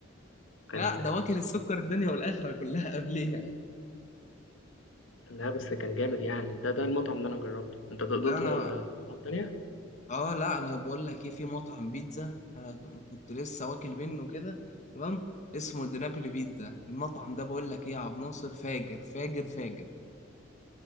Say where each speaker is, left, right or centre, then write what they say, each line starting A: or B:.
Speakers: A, on the left; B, on the left.
A: وكان
B: لا ده واكل السكر الدنيا والاخره كلها قبليها
A: لا بس كان جامد يعني ده ده المطعم اللي أنا جربته أنت دقته
B: لا انا
A: في مطعم تانية؟
B: اه لا انا بقول لك ايه في مطعم بيتزا انا كنت لسه واكل منه كده تمام اسمه نابولي بيتزا المطعم ده بقول لك ايه يا عبد ناصر فاجر فاجر فاجر